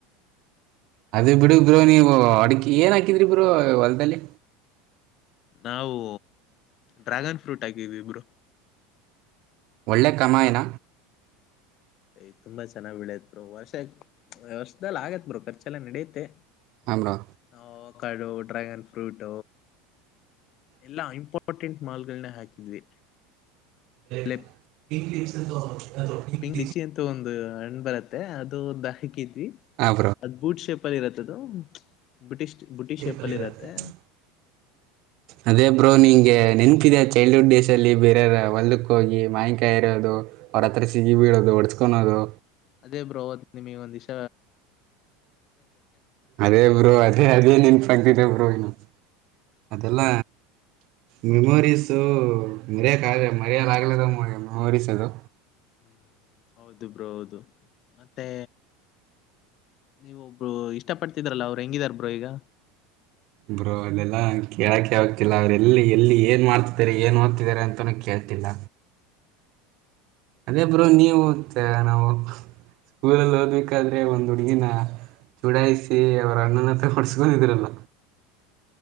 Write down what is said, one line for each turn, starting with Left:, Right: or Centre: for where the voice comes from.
Right: ಅದೇ ಬಿಡು ಬ್ರೋ ನೀವು ಅಡ ಏನ್ ಹಾಕಿದ್ರಿ ಬ್ರೋ ಹೊಲ್ದಲ್ಲಿ
Left: ನಾವು ಡ್ರ್ಯಾಗನ್ ಫ್ರೂಟ್ ಹಾಕಿದ್ವಿ ಬ್ರೋ
Right: ಒಳ್ಳೆ ಕಮಾಯನ
Left: ಯ್ ತುಂಬಾ ಚೆನ್ನಾಗಿ ಬೆಳಿಯತ್ ಪ್ರೋ ವರ್ಷ ವ್ಯವಸ್ಲ್ಲ ಆಗತ್ ಬ್ರೋ ಖರ್ಚೆಲ್ಲ ನಡೆಯತ್ತೆ
Right: ಹಾಂ ಬ್ರೋ
Left: ನಾವು ಒಕಾಡು ಡ್ರ್ಯಾಗನ್ ಫ್ರೂಟ ಎಲ್ಲಾ ಇಂಪಾರ್ಟೆಂಟ್ ಮಾಲ್ಗಳನೆ ಹಾಕಿದ್ವಿ
Right: <inaudible>
Left: ಅಲ್ಲೇ
Right: <unintelligible>
Left: ಕ್ಲಿಚಿ ಅಂತ ಒಂದು ಹಣ್ಣ್ ಬರತ್ತೆ ಅದು ಒ ಹಾಕಿದ್ವಿ
Right: ಹಾಂ
Left: ಅದ್ ಬೂಟ್ ಶೇಪ್ ಅಲ್ಲಿ ಇರತ್ತೆ ಅದು ಬುಟಿಶ್ ಬುಟಿಶ್ ಶೇಪ್
Right: ಬ್ರೋ
Left: ಅಲ್ಲಿ ಇರತ್ತೆ
Right: ಅದೇ ಬ್ರೋ ನಿಂಗೆ ನೆನ್ಪ ಚೈಲ್ಡ್ಹುಡ್ ಡೇಸ್ ಅಲ್ಲಿ ಬೇರೆಯವ ಒಲ್ದಕ್ಕ ಹೋಗಿ ಮಾಯನ್ಕಾಯಿ ಇರೋದು ಅವ್ರ ಹತ್ರ ಸಿಗಿ ಬೀಳೋದು ಒಡಸ್ಕೊದು
Left: ಅದೇ ಬ್ರೋವತ್ ನಿಮಗೆ ಒಂದಿಷ
Right: ಅದೇ ಬ್ರೋ ಅದೇ ಅದೇ ನೆನ್ಪಿದೆ ಬ್ರೋ ಇನ್ನು ಅದೆಲ್ಲ ಮೆಮೊರೀಸು ಮರೆಯಕ್ ಮರೆಯ ಮೆಮೊರಿಸ್ ಅದು
Left: ಹ್ಮ ಹೌದು ಬ್ರೋ ಹೌದು ಮತ್ತೆ ನೀವು ಒಬ್ರು ಇಷ್ಟ ಪಡ್ತಿದ್ರಲ್ಲ ಅವ್ರು ಹೆಂಗಿದಾರ ಬ್ರೋ ಈಗ
Right: ಬ್ರೋ ಇದೆಲ್ಲಾ ಕೇಳಕ್ಕೆೆ ಹೋಗ್ತಿಲ್ಲ ಅವ್ರು ಎಲ್ಲಿ ಎಲ್ಲಿ ಏನ್ ಮಾಡ್ತಿದ್ದಾರೆ ಏನ್ ಓದ್ತಿದಿದ್ದಾರೆ ಅಂತನ ಕೇಳ್ತಿಲ್ಲ ಅದೇ ಬ್ರೋ ನೀವು ನಾವು ಸ್ಕೂಲಲ್ಲಿ ಓದ್ಬೇಕಾದ್ರೆ ಒಂದು್ ಹುಡುಗಿನ ಚೂಡಾಯಿಸಿ ಅವರ ಅಣ್ಣನ ಹತ್ರ ಹೊಡ್ಸ್ಕೊಂಡಿದ್ರಲ್ಲ